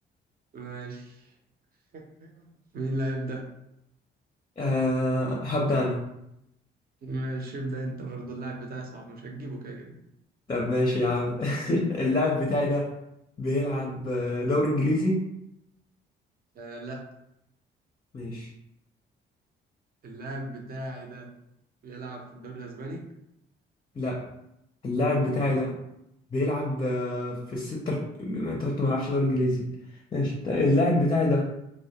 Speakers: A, on the right; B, on the left.
A: ماشي <laughs> مين اللي هيبدأ؟
B: أه هبدأ انا
A: ماشي ابدأ انت برضه اللاعب بتاعي صعب مش هتجيبه كده كده
B: طب ماشي يا عم <laughs> اللاعب بتاعي ده بيلعب آه، دوري انجليزي
A: آه لا
B: ماشي
A: اللاعب بتاعي ده بيلعب في الدوري الأسباني
B: لا اللاعب بتاعي
A: مم.
B: ده بيلعب آه، في الستة انت قلت ما بيلعبش دوري انجليزي ماشي طيب اللاعب بتاعي ده